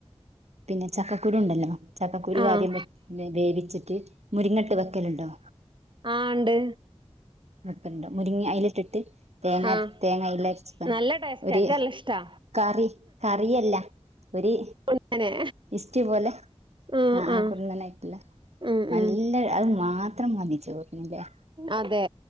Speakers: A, on the right; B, on the right.
A: പിന്നെ ചക്കക്കുരുണ്ടല്ലോ? ചപ്പക്കുരു
B: ആഹ്
A: ആദ്യം വേവിച്ചിട്ട് മുരിങ്ങട്ട് വെക്കലുണ്ടോ?
B: ആണ്ട്
A: പ്പണ്ട മുരിങ്ങ അല ഇട്ടിട്ട് തേങ്ങ
B: ആഹ്
A: തേങ്ങ അയിലരിച്ച
B: നല്ല ടേസ്റ്റ്
A: ഒരു
B: എക്കല്ല ഇഷ്ടാ
A: കറി കറല്ല ഒരു
B: അങ്ങനെ
A: ഇസ്റ്റ് പോലെ
B: ആഹ്
A: ആ ആ
B: ആഹ്
A: കുറന്നാനയിട്ടിള്ള
B: ഉം
A: നല്ല
B: ഉം
A: അത് മാത്രം മതി ചോർന് ല്ലേ?
B: അതെ